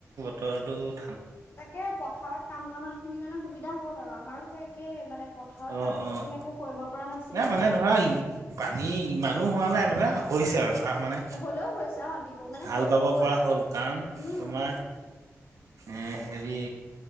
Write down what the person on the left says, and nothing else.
তাকে পথাৰত কাম কৰা মানুহ খিনিৰ কাৰণে সুবিধা হ'ল আৰু আমাৰো সেই একেই মানে পথাৰত
কাম এইকেইদিন
একো কৰিব পৰা নাছিলে
যে
হ'লেও হৈছে অ দিবোৰ মানে
কৰিব
আৰু
উম